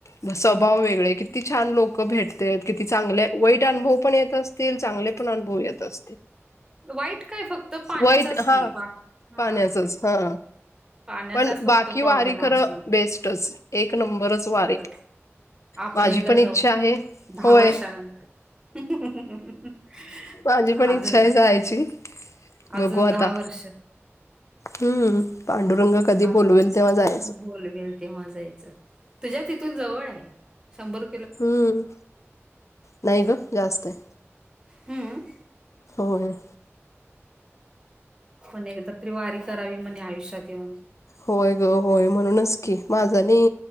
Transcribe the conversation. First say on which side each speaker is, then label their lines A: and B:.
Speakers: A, on the left (about 80°); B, on the right (about 15°).
A: म स्वभाव
B: हम्म
A: वेगळे. किती छान लोक भेटते किती चांगले वाईट अनुभव पण येत असतील चांगले पण अु भव येत असतील.
B: वाईट काय फक्त पाण्याचाच
A: वाईट हा
B: की बा हा
A: पाण्याचच हा.
B: पाण्याचाच
A: पण
B: फक्त
A: बाकी
B: प्रॉब्लेम
A: वारी खरं
B: असणार
A: बेस्टच एक नंबरच
B: खरंच
A: वारी.
B: आपण
A: माझी
B: एकदा
A: पण
B: जाऊ
A: इच्छा आहे. होय.
B: वर्षानंतर. <unintelligible>
A: माझी पण इच्छा
B: अजून
A: आहे जायची,
B: अजून
A: बघू आता.
B: वर्ष
A: हम्म पांडुरंग कधी
B: आज
A: बोलवेल तेव्हा जायचं.
B: बोलवेल तेव्हा जायचं. तुझ्या तथून जवळ आहे? शंभर
A: हम्म नाही ग जास्त आहे.
B: हम्म.
A: होय.
B: पण एकदा तरी वारी करावी म्हणे आयुष्यात येऊन.
A: होय ग होय म्हणूनच की माझं नी